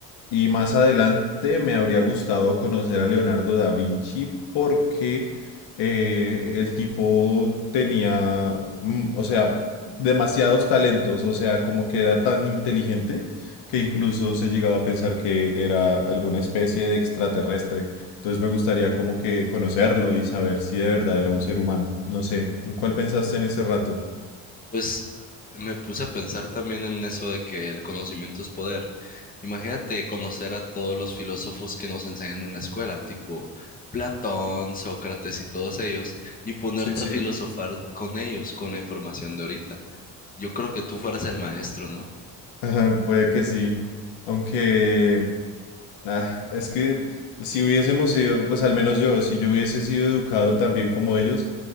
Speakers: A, on the left; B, on the left.
A: Y más adelante me habría gustado conocer a Leonardo da Vinci porque eh, el tipo tenía, mm, o sea, demasiados talentos, o sea, como que era tan inteligente que incluso se llegaba a pensar que era alguna especie de extraterrestre. Entonces me gustaría como que conocerlo y saber si de verdad era un ser humano. No sé, ¿en cuál pensaste en ese rato?
B: Pues me puse a pensar también en eso de que el conocimiento es poder. Imagínate conocer a todos los filósofos que nos enseñan en la escuela, tipo Platón, Sócrates y todos ellos, y ponerte
A: Sí, sí.
B: a filosofar con ellos, con la información de ahorita. Yo creo que tú fueras el maestro, ¿no?
A: Ajá, puede que sí. Aunque Ah, es que si hubiésemos sido, pues al menos yo, si yo hubiese sido educado también como ellos,